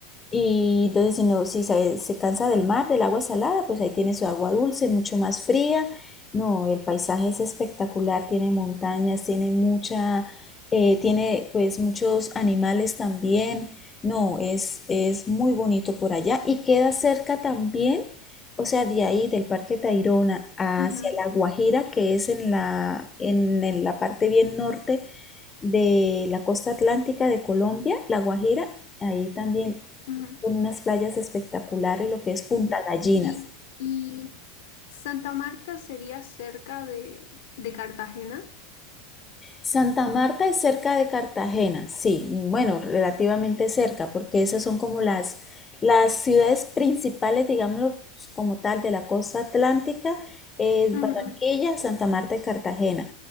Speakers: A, on the left; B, on the left.
A: y entonces si, no, si se, se cansa del mar, del agua salada, pues ahí tiene su agua dulce, mucho más fría. No, el paisaje es espectacular, tiene montañas, tiene mucha, eh, tiene pues muchos animales también. No, es, es muy bonito por allá y queda cerca también, o sea, de ahí del Parque Tayrona hacia
B: Ujú.
A: La Guajira, que es en la, en, en la parte bien norte de la costa atlántica de Colombia, La Guajira, ahí también
B: Ujú. Ujú.
A: con unas playas espectaculares, lo que es Punta
B: Ya.
A: Gallinas.
B: Y, y Santa Marta sería cerca de, de Cartagena.
A: Santa Marta es cerca de Cartagena, sí, bueno, relativamente cerca, porque esas son como las, las ciudades principales, digámoslo como tal, de la costa atlántica, es
B: Ujú.
A: Barranquilla, Santa Marta y Cartagena.